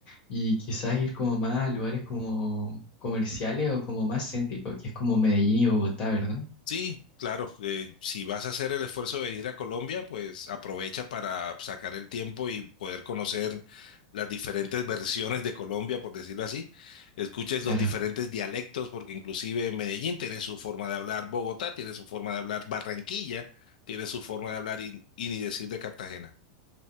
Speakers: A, on the left; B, on the left.
A: y quizás ir como más a lugares como comerciales o como más céntricos, que es como Medellín y Bogotá, ¿verdad?
B: Sí, claro. eh, si vas a hacer el esfuerzo de venir a Colombia, pues aprovecha para sacar el tiempo y poder conocer las diferentes versiones de Colombia, por decirlo así. Escuches
A: Claro,
B: los diferentes dialectos, porque inclusive Medellín tiene su forma de hablar, Bogotá tiene su forma de hablar, Barranquilla tiene su forma de hablar y, y ni decir de Cartagena.